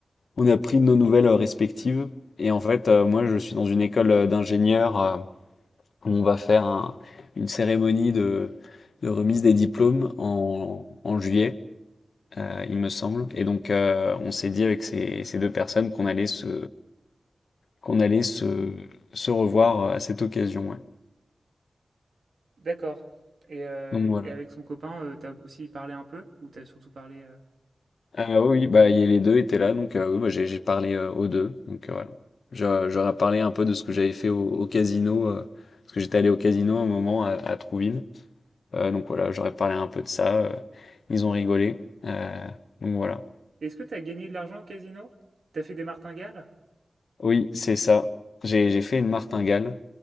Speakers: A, on the left; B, on the right.
A: on a pris nos nouvelles euh, respectives, et en fait euh, moi je suis dans une école euh, d'ingénieurs euh, où on va faire un- une cérémonie de de remise des diplômes en, en juillet. heu, il me semble et donc heu, on s'est dit avec ces ces 2 personnes qu'on allait se qu'on allait se se revoir, euh, à cette occasion, ouais.
B: D'accord. Et, euh,
A: Donc voilà.
B: et avec son copain, euh, t'as aussi parlé un peu? Ou t'as surtout parlé... euh,
A: Heu, oui, oui, bah, il y les 2 étaient là donc heu, oui, bah, j'ai j'ai parlé, heu, aux deux donc heu, voilà. Je je parlé un peu de ce que j'avais fait au au casino, heu, parce que j'étais allé au casino un moment à à Trouville, heu, donc voilà, j'aurais parlé un peu de ça, heu, ils ont rigolé, heu, donc voilà.
B: Est-ce que t'as gagné de l'argent au casino? T'as fait des martingales?
A: Oui, c'est ça. J'ai j'ai fait une martingale.